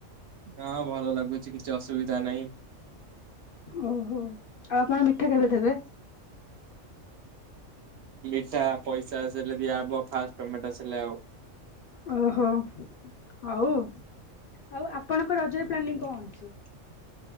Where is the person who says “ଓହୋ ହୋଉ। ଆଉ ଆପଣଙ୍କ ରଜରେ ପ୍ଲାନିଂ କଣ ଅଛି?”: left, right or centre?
Left